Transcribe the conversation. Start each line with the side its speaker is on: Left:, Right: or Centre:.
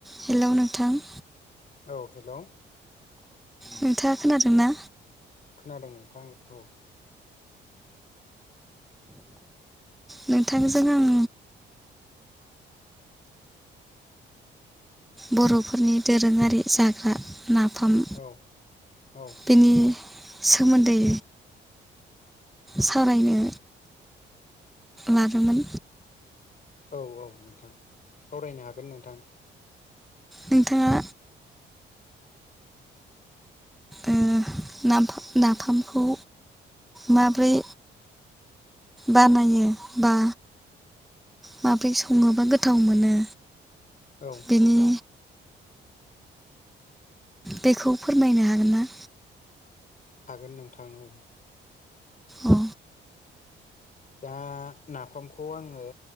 Centre: Hello नोंथां।
Left: औ hello.
Centre: नोंथाङा खोनादों ना?
Left: खोनादों नोंथां औ।
Centre: नोंथांजों आं बर'फोरनि दोरोङारि जाग्रा नाफाम
Left: औ औ
Centre: बिनि सोमोन्दै सावरायनो लादोंमोन।
Left: औ औ नोंथां सावरायनो हागोन नोंथां।
Centre: नोंथाङा ओ नाफाम नाफामखौ माब्रै बानायो बा माब्रै सङोबा गोथाव मोनो?
Left: औ।
Centre: बिनि बेखौ फोरमायनो हागोन ना?
Left: हागोन नोंथां औ।
Centre: औ।
Left: दा नाफामखौ आङो